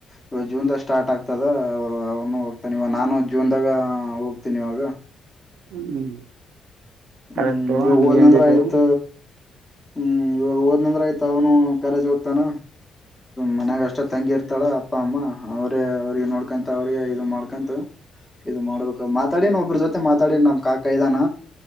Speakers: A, on the left; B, on the right.
A: ಇವಾಗ ಜೂನ್ ದಾಗ ಸ್ಟಾರ್ಟ್ ಆಗ್ತದ ಅವರು ಅವನು ಹೋಗ್ತಾನ ಇವ ನಾನು ಜೂನ್ ದಾಗ ಹೋಗ್ತೀನಿ ಇವಾಗ
B: ಹ್ಮ್
A: ಹ್ಮ್
B: ಕರೆಕ್ಟು
A: ಯೋಗುವದಂದ್ರ
B: ನೀ ಎಂದಿದ್ದು
A: ಆಯ್ತ ಹ್ಮ್ ಇವಾಗ ಹೋದ್ನಂದ್ರ ಆಯ್ತ ಅವನು ಕಾಲೇಜ್ ಹೋಗ್ತಾನ ಮನ್ಯಾಗ ಅಷ್ಟ ತಂಗಿ ಇರ್ತಾಳ ಅಪ್ಪ ಅಮ್ಮ ಅವ್ರೇ ಅವ್ರಿಗೆ ನೋಡ್ಕೊಂತ ಅವ್ರಿಗೆ ಇದು ಮಾಡ್ಕಂತ ಇದು ಮಾಡ್ಬೇಕಕ್ ಮಾತಾಡಿನ ಒಬ್ಬ್ರ ಜೊತೆ ಮಾತಾಡ ನಮ್ ಕಾಕ ಇದಾನ